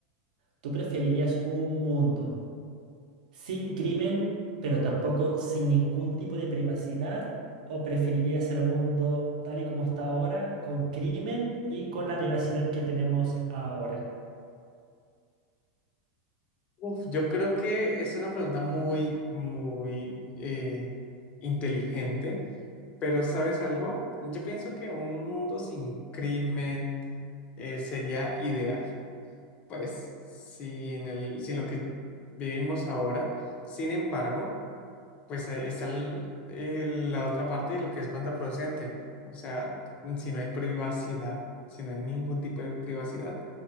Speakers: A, on the right (about 80°); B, on the left (about 30°).
A: tú preferirías un mundo sin crimen, pero tampoco sin ningún tipo de privacidad? ¿O preferirías el mundo tal y como está ahora, con crimen y con la privacidad que tenemos ahora?
B: Uf, yo creo que es una pregunta muy, muy eh, inteligente, pero ¿sabes algo? Yo pienso que un mundo sin crimen eh, sería ideal. Pues sin el, sin lo que vivimos ahora. Sin embargo, pues ahí está el- el- la otra parte de lo que es contraproducente. O sea, si no hay privacidad, si no hay ningún tipo de privacidad,